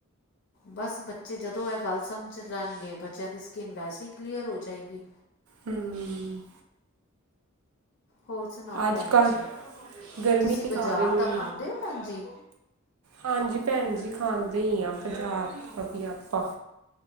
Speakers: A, on the left; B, on the right.
A: ਬਸ ਬੱਚੇ ਜਦੋਂ ਇਹ ਗੱਲ ਸਮਝ ਲੈਣਗੇ ਬੱਚਿਆਂ ਦੀ ਸਕੀਨ ਵੈਸੇ ਹੀ ਕਲੀਅਰ ਹੋ ਜਾਏਗੀ
B: ਹਮ
A: ਹੋਰ ਸੁਣਾਓ
B: ਅੱਜ
A: ਭੈਣ
B: ਕੱਲ੍ਹ
A: ਜੀ
B: ਗਰਮੀ
A: ਤੁਸੀਂ ਬਜ਼ਾਰ
B: ਕਾਰਨ
A: ਦਾ
B: ਵੀ
A: ਖਾਂਦੇ ਹੋ ਭੈਣ ਜੀ
B: ਹਾਂਜੀ ਭੈਣ ਜੀ ਖਾਂਦੇ ਹੀ ਆਾਂ ਬਜ਼ਾਰ ਤੋਂ ਵੀ ਆਪਾਂ